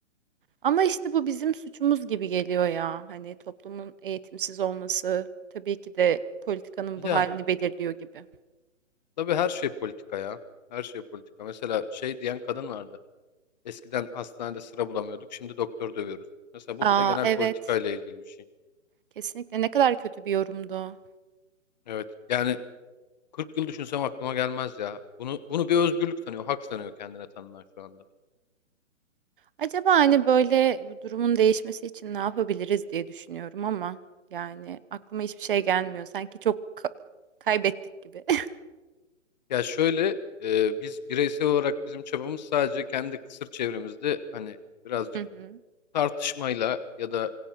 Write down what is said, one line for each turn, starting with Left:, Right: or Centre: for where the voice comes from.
Right: Ama işte bu bizim suçumuz gibi geliyor ya. Hani toplumun eğitimsiz olması tabii ki de politikanın
Left: Ya
Right: bu halini belirliyor gibi.
Left: tabii her şey politika ya. Her şey politika. Mesela şey diyen kadın vardı. Eskiden hastanede sıra bulamıyorduk şimdi doktor dövüyoruz. Mesela bu
Right: Aa
Left: bile genel
Right: evet,
Left: politikayla ilgili bir şey.
Right: kesinlikle ne kadar kötü bir yorumdu. o.
Left: Evet yani 40 yıl düşünsem aklıma gelmez ya. Bunu bunu bir özgürlük sanıyor, hak sanıyor kendine tanınan şu anda.
Right: Acaba hani böyle bu durumun değişmesi için ne yapabiliriz diye düşünüyorum ama yani aklıma hiçbir şey gelmiyor. Sanki çok ka- kaybettik gibi. <laughs>
Left: Ya şöyle e, biz bireysel olarak bizim çabamız sadece kendi kısır çevremizde hani birazcık
Right: Hı hı.
Left: tartışmayla ya da